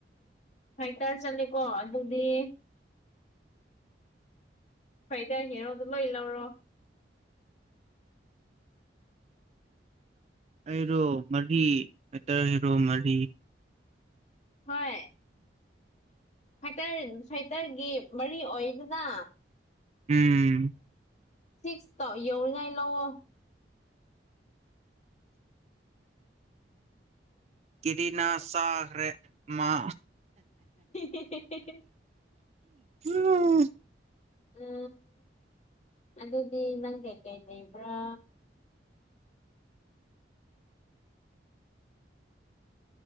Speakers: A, on the left; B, on the right.
A: ꯍꯥꯏꯥꯏꯇꯥꯔ ꯆꯠꯂꯦꯀꯣ ꯑꯗꯨꯗꯤ
B: <unintelligible>
A: ꯐꯩ ꯇ ꯍꯔꯣꯗ ꯂꯣꯏ ꯂꯧꯔꯣ
B: ꯑꯩꯔꯣ ꯃꯔꯤꯇꯔ ꯍꯔꯣ ꯃꯔꯤ
A: ꯍꯣꯏ ꯁꯇꯔ ꯁꯥꯏꯇꯔꯒꯤ ꯃꯔꯤ ꯑꯣꯏꯗꯅ
B: ꯎꯝ
A: ꯁꯤꯛꯁꯇꯧ ꯌꯧꯔꯤꯉꯥꯏ ꯂꯥꯛꯑꯣꯣ
B: ꯀꯔꯤꯅꯥ ꯁꯔꯔ ꯃ
A: ꯀꯦ ꯀ ꯀ
B: ꯎꯝ
A: ꯑ ꯑꯗꯨꯗꯤ ꯅꯪ ꯀꯩꯀꯩ ꯂꯩꯕ꯭ꯔꯥ